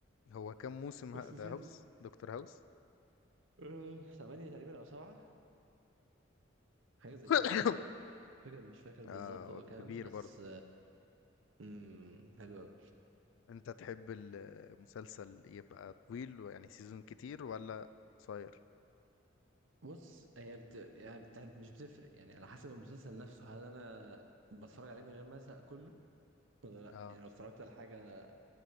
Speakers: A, on the left; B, on the right.
A: هو كام موسم
B: بس
A: ه-
B: نسيت
A: ده هاوس دكتور هاوس
B: آه، ثمانية تقريبا او سبعة حاجة زي
A: <coughs>
B: كده يعني فاكر مش فاكر بالظبط
A: اه هو
B: هو كام
A: كبير
B: بس
A: برضه
B: امم حلو أوي.
A: انت تحب المسلسل يبقى طويل يعني سيزون كتير ولا قصير
B: بص هي بت... يعني بت... مش بتفرق يعني على حسب المسلسل نفسه هل انا بتفرج عليه من غير ما ازهق كله ولا لا
A: اه
B: يعني لو اتفرجت على حاجة